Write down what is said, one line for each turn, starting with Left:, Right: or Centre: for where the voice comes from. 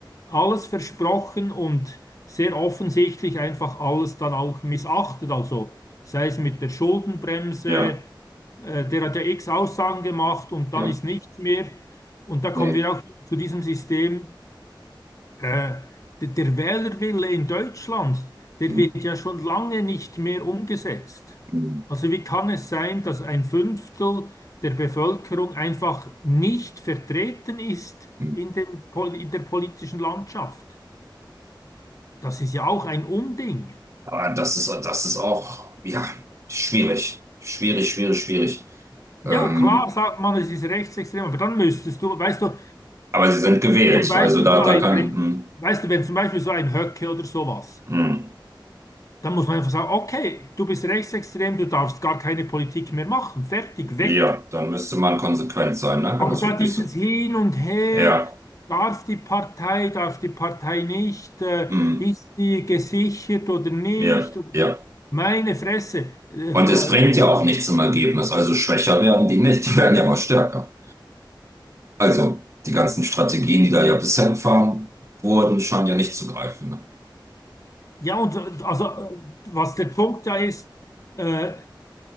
Left: alles versprochen und sehr offensichtlich einfach alles dann auch missachtet. Also sei es mit der Schuldenbremse,
Right: ja,
Left: äh, der hat ja x Aussagen gemacht und
Right: ja,
Left: dann ist nichts mehr. Und da kommen
Right: nee.
Left: wir auch zu diesem System. Äh, d- der Wählerwille in Deutschland, der
Right: Mh,
Left: wird ja schon lange nicht mehr umgesetzt.
Right: mh,
Left: Also wie kann es sein, dass ein Fünftel der Bevölkerung einfach nicht vertreten ist
Right: mh.
Left: in dem, Pol- in der politischen Landschaft? Das ist ja auch ein Unding.
Right: Aber das ist, das ist auch, ja, schwierig. Schwierig, schwierig, schwierig.
Left: Ja,
Right: Ähm,
Left: klar sagt man, es ist rechtsextrem, aber dann müsstest du, weißt du,
Right: aber sie sind gewählt.
Left: zum Beispiel
Right: Also da,
Left: so ein,
Right: da kann,
Left: ein weißt du, wenn zum Beispiel so ein Höcke oder sowas.
Right: mh, mh,
Left: Dann muss man einfach sagen, okay, du bist rechtsextrem, du darfst gar keine Politik mehr machen. Fertig, weg.
Right: ja, dann müsste man konsequent sein, ne?
Left: Aber
Right: Wenn das
Left: da
Right: wirklich
Left: dieses
Right: so.
Left: Hin und Her,
Right: Ja,
Left: darf die Partei, darf die Partei nicht, äh,
Right: mh,
Left: ist die gesichert oder nicht?
Right: ja,
Left: Und
Right: ja.
Left: die- Meine Fresse. Äh,
Right: Und
Left: äh,
Right: es bringt ja auch nichts im Ergebnis. Also schwächer werden die nicht, die werden ja mal stärker. Also, die ganzen Strategien, die da ja bisher gefahren wurden, scheinen ja nicht zu greifen. Ne?
Left: ja, und äh, also, äh, was der Punkt da ist, äh,